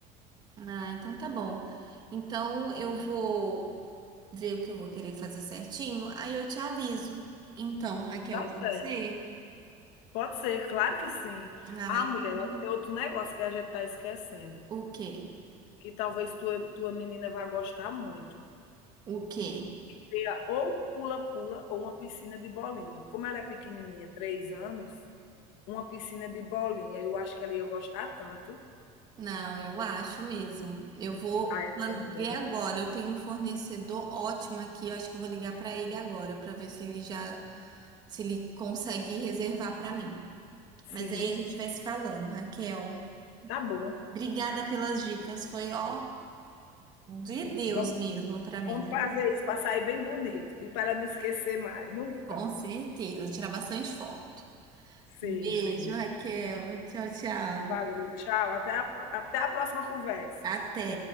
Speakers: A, on the right; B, on the left.
A: Ah, então tá bom. Então eu vou ver o que eu vou querer fazer certinho, aí eu te aviso. Então, Raquel,
B: Tá certo.
A: pode ser?
B: Pode ser, claro que sim.
A: Ah,
B: Ah,
A: então.
B: mulher, tem outro negócio que a gente tá esquecendo,
A: O quê?
B: que talvez tua, tua menina vá gostar muito.
A: O quê?
B: ter ou pula-pula ou uma piscina de bolinha. Como ela é pequenininha, três anos, uma piscina de bolinha, eu acho que ela ia gostar tanto.
A: Não, eu acho mesmo. Eu vou
B: Ah, é
A: plan-
B: tão
A: ver
B: bom.
A: agora. Eu tenho um fornecedor ótimo aqui. Eu acho que eu vou ligar para ele agora para ver se ele já se ele consegue reservar para mim. Mas
B: Sim,
A: aí a gente vai se falando, Raquel.
B: tá bom.
A: Obrigada pelas dicas. Foi ó de
B: Sim,
A: Deus
B: vamos,
A: mesmo para mim.
B: vamos fazer isso para sair bem bonito e para não esquecer mais, nunca.
A: Com certeza, tirar bastante foto.
B: Sim,
A: Beijo,
B: sim.
A: Raquel. Tchau, tchau.
B: Valeu, tchau. Até a- até a próxima conversa.
A: Até.